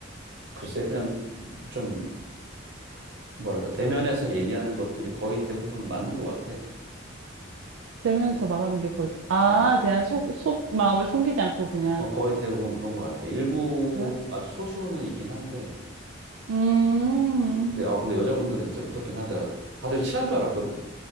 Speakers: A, on the right (about 60°); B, on the right (about 85°).
A: 글쎄, 그냥 좀, 뭐랄까, 대면에서 얘기하는 것들이 거의 대부분 맞는 것 같아.
B: 대면에서
A: 그,
B: 말하는 게 거의 아,
A: 어,
B: 그냥 속 속 마음을 숨기지 않고 그냥
A: 어, 거의 대부분 그런 것 같아. 일부,
B: 그래?
A: 아주 소수는 있긴 한데,
B: 음. 음.
A: 근데, 아, 근데 여자분들은 진짜 무섭긴 하더라. 다들 친한 줄 알았거든?